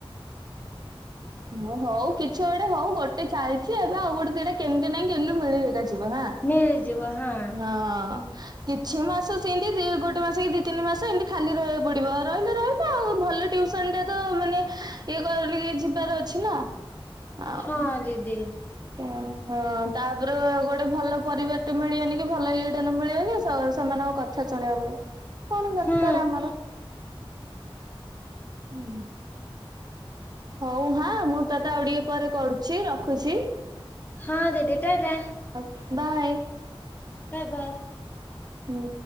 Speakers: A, on the right; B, on the left.
A: ଓ ହଉ କିଛି ଗୋଟେ ହଉ ଗୋଟେ ଚାଲିଚି ଏବେ ଆଉ ଗୋଟେ ଦିଇଟା କେମିତି ନାଇଁ କେମିତି ମିଳିବେ ଥିବ ହାଁ
B: ମିଳିଯିବ ହଁ
A: ହଁ କିଛି ମାସ ସେମିତି ଦି ଗୋଟେ ମାସ କି ଦି ତିନି ମାସ ଏମିତି ଖାଲି ରହିବାକୁ ପଡ଼ିବ ରହିଲେ ରହି ଆଉ ଭଲ ଟ୍ୟୁସନଟେ ତ ମାନେ ଇଏ କରିକି ଯିବାର ଅଛି ନା। ଆଉ
B: ହଁ ଦିଦି।
A: କଣ ଗ ହଁ ତାପରେ ଗୋଟେ ଭଲ ପରିବାର ଟେ ମିଳିବନି କି ଭଲ ଇଏ ଟାନ ମିଳିବନି ସେ ସେମାନଙ୍କ କ ଥା ଶୁଣିବ ପୁଣି କଣ ଦରକାର
B: ହୁଁ
A: ଆମର? ହୁଁ। ହଉ ହାଁ ମୁଁ ତତେ ଆଉ ଟିକେ ପରେ କରୁଚି ରଖୁଚି?
B: ହଁ ଦିଦି‌ ଟା ଟା।
A: ଅ ବାଏ।
B: Bye bye.
A: ହୁଁ।